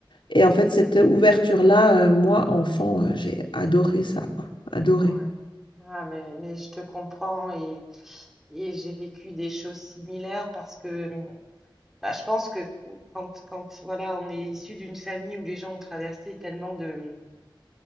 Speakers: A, on the left; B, in the centre.
A: Et en fait, cette ouverture-là, euh, moi, enfant, euh, j'ai adoré ça, quoi. Adoré.
B: Ouais. Ah, mais, mais je te comprends et, et j'ai vécu des choses similaires parce que mmh, bah, je pense que quand, quand voilà, on est issu d'une famille où les gens ont traversé tellement de, mmh,